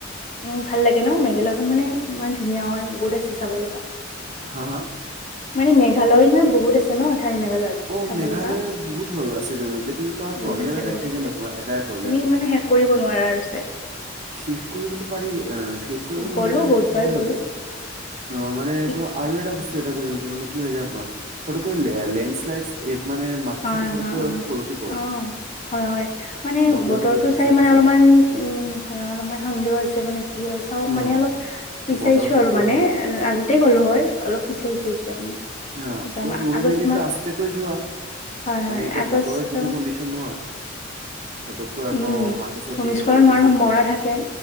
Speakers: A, on the left; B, on the right.
A: উম, ভাল লাগে ন? মেঘালয় খন মানে ইমান ধুনীয়া হয়, বহুত আছে চাব লগা।
B: হা হা
A: মানে মেঘালয়ত মানে বহুত আছে ন ঠাই মেঘালয়ত?
B: অ
A: চাব
B: মেঘালয়
A: লগা
B: বহুত হৈ আছে গ কিন্তু, তাৰ
A: বহুত
B: প্ৰব্লেম
A: আছে
B: এটা
A: বহুত
B: কি
A: আছে
B: জানা তোমাৰ এটাই প্ৰব্লেম
A: তুমি
B: গ
A: মানে শেষ কৰিব নোৱাৰে আৰু চাই
B: শেষ কৰিবতো পাৰি, অ শেষ কৰিব নোৱাৰটো
A: গ'লো
B: সেইটো
A: বহুতবাৰ
B: হয়য়ে
A: গ'লো
B: গ'ল। অ মানে
A: কি
B: তোমাৰ আৰু এটা বস্তু এটা কৰিব মানে কি হয় জান তোমাৰ ফটোকৈ লেন্স মে <unintelligible> ফাটি
A: হয়
B: চাতি ফটককৈ
A: হয় অ
B: সৰকি পৰে,
A: অ হয় হয় মানে
B: বতৰটো ভিজা
A: চাই মানে
B: ভিজা
A: অলপমান উম, হয় অলপমান সন্দেহ আছে মানে কি হয় চাও
B: অ'
A: মানে অলপ বিচাৰিছো
B: বতৰ চতৰ
A: আৰু মানে। আগতেই গ'লো হয়, অলপ বিচাৰিছো এতিয়া মানে।
B: হা
A: যাম
B: অলপ ৰৈ
A: আগষ্ট
B: মেলি
A: মাহ
B: পেলাই আস্তে কৈ যোৱা মানে,
A: হয় হয়
B: এতিয়া
A: আগষ্ট
B: বতৰৰ যিটো কিন নহয় ক আকৌ
A: উম
B: মাটি চাটি
A: ভূমিস্খলন
B: সৰকি
A: হোৱাৰ
B: চৰকি
A: সম্ভাৱনা
B: বুলি,
A: থাকে